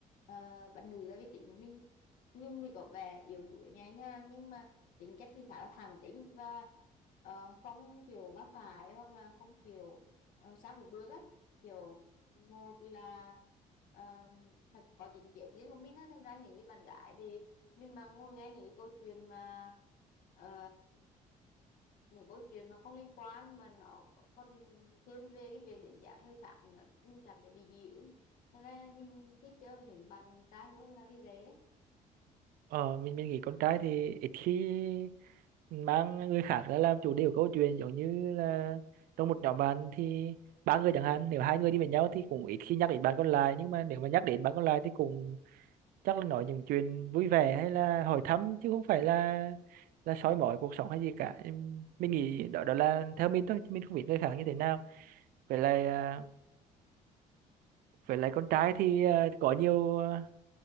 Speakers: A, on the left; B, on the right.
A: ờ, bạn nữ tại vì tính của mình mình thì có vẻ yếu đuối nhẹ nhàng nhưng mà tính cách thì khá là thẳng tính và ờ, không kiểu bác phải hoặc là không kiểu ờ, sao cũng được á kiểu một là ờ, phải có chính kiến riêng của mình á thành ra những cái bạn gái thì mình mà ngồi nghe những cái câu chuyện mà ờ, những câu chuyện mà không liên quan mà nó còn thiên về cái việc đến giảm người khác nữa mình cảm thấy bị dị ứng Thế nên là mình thích chơi với những bạn trai hơn là vì vậy đấy
B: Ờ, mình mình nghĩ con trai thì ít khi mang người khác ra làm chủ đề của câu chuyện giống như là trong một nhóm bạn thì ba người chẳng hạn nếu hai người đi với nhau thì cũng ít khi nhắc đến bạn còn lại nhưng mà nếu mà nhắc đến bạn còn lại thì cũng chắc là nói những chuyện vui vẻ hay là hỏi thăm chứ không phải là là soi mói cuộc sống hay gì cả Em- mình nghĩ đó đó là theo mình thôi chứ mình không biết người khác như thế nào vậy là à, vậy là con trai thì à, có nhiều à,